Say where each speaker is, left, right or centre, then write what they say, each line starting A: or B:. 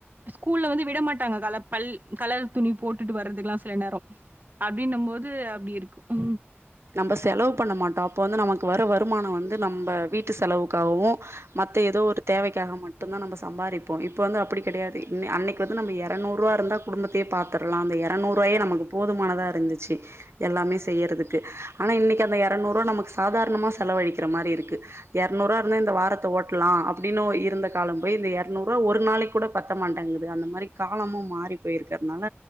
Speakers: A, on the right; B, on the right.
A: ஸ்கூல்ல வந்து விட மாட்டாங்க கல பல் கலர் துணி போட்டுட்டு வரதுக்கெல்லாம் சில நேரம் அப்படின்னும் போது அப்படி இருக்குந
B: நம்ப செலவு பண்ண மாட்டோம் அப்ப வந்து நமக்கு வர வருமானம் வந்து நம்ப வீட்டு செலவுக்காகவும் மத்த ஏதோ ஒரு தேவைக்காக மட்டும்தான் நம்ம சம்பாதிப்போம் இப்ப வந்து அப்படி கிடையாது இ அன்னைக்கு வந்து நம்ம இரநூறு ரூபா இருந்தா குடும்பத்தயே பாத்துரலாம் அந்த இரநூறு ரூவாயே நமக்கு போதுமானதா இருந்துச்சு எல்லாமே செய்யறது ஆனா இன்னைக்கு அந்த இரநூறு ரூபா நமக்கு சாதாரணமா செலவழிக்கிற மாதிரி இருக்கு இரநூறுவா இருந்தா இந்த வாரத்தை ஓட்டலாம் அப்படின்னு இருந்த காலம் போய் இந்த இரநூறுவா ஒரு நாளைக்கு கூட பத்த மாட்டேங்குது அந்த மாதிரி காலமும் மாறி போயிருக்கிறதுனால